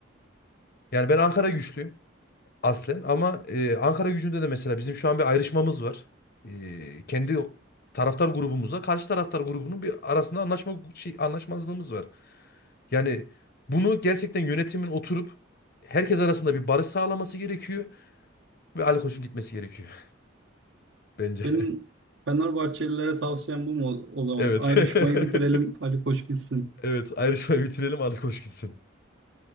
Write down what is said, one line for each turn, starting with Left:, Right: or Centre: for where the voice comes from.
Left: Yani ben Ankara güçlüyüm. Aslen ama e, Ankara gücünde de mesela bizim şu an bir ayrışmamız var. E, kendi taraftar grubumuzla karşı taraftar grubunun bir arasında anlaşma şey anlaşmazlığımız var. Yani bunu gerçekten yönetimin oturup herkes arasında bir barış sağlaması gerekiyor ve Ali Koç'un gitmesi gerekiyor <laughs> bence.
Right: Benim Fenerbahçelilere tavsiyem bu mu o o zaman?
Left: Evet.
Right: Ayrışmayı
Left: <laughs>
Right: bitirelim, Ali Koç gitsin.
Left: Evet, ayrışmayı bitirelim Ali Koç gitsin.